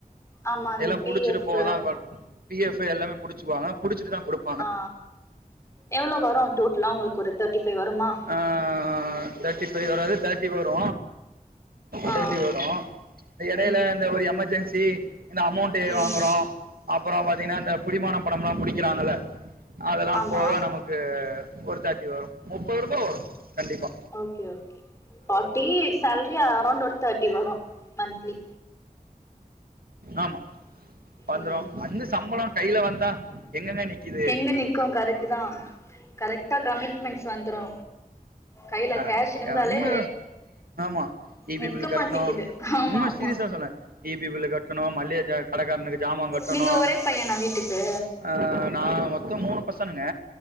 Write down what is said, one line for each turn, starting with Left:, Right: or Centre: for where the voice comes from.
Left: ஆமா அந்த
Right: எல்லா
Left: பி
Right: புடிச்சுட்டு
Left: எஃப்
Right: போகதா ஃப பி எஃப் எல்லாமே புடிச்சுக்வாங்க புடிச்சிட்டுதா குடுப்
Left: ஆ எவ்ள வரு டோட்டலா உங்களுக்கு ஒரு தேர்ட்டி ஃபை வருமா
Right: ஆ தேர்ட்டி ஃபைவ் வராது தேர்ட்டி வரு
Left: ஆ
Right: சேத்தி வரு எடைல
Left: ம்
Right: அந்த ஒரு எமர்ஜென்சி இந்த அமௌண்ட் டு
Left: ம்
Right: வாங்கறோ அப்பறோ பாத்திங்னா இந்த புடிமான பணம்லா புடிக்கிறாங்கள அதெல்லாம்
Left: ஆமா
Right: போவ நமக்கு ஒரு தேட்டி வரு முப்பது ருபா வரு கண்டிப்பா
Left: okay okay forty salary around ஒரு தேர்ட்டி வரு மன்த்லி
Right: ஆமா வந்துரு
Left: ம்
Right: அந்த சம்பள கைல வந்தா எங்கெங்க நிக்குது
Left: எங்க நிக்கு கரெக்ட் தா கரெக்டா கமிட்மெண்ட்ஸ் வந்துரு கையில
Right: ஆ
Left: கேஷ் இருந்தாலே
Right: ஒண்ணு ஆமா இ பி
Left: நிக்க
Right: பில்லு கட்னு
Left: மாட்டிக்குது ஆமா
Right: உண்ம
Left: ஆமா
Right: சீரியஸா சொல்லே இ பி பில்லு கட்டணு மள்ளிக கடக்காரனுக்கு ஜாமா கட்டணு
Left: நீங்க ஒரே பையனா வீட்டுக்கு
Right: ஆ நா மொத்த மூணு பசனுங்க